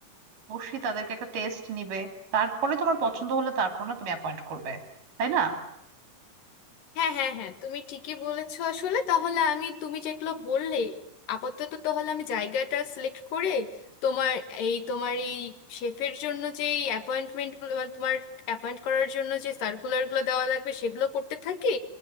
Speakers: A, on the right (about 75°); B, on the left (about 85°).
A: অবশ্যই তাদেরকে একটা টেস্ট নিবে তারপরে তোমার পছন্দ হলে তারপর না তুমি অ্যাপয়েন্ট করবে তাই না
B: হ্যাঁ হ্যাঁ হ্যাঁ তুমি ঠিকই বলেছো আসলে তাহলে আমি তুমি যেগুলো বললে আপাতত তাহলে আমি জায়গাটা সিলেক্ট করে তোমার এই তোমার এই শেফের জন্য যে অ্যাপয়েন্টমেন্ট গুলো মানে তোমার অ্যাপয়েন্ট করার জন্য যে সার্কুলারগুলো দেওয়া লাগবে সেগুলো করতে থাকি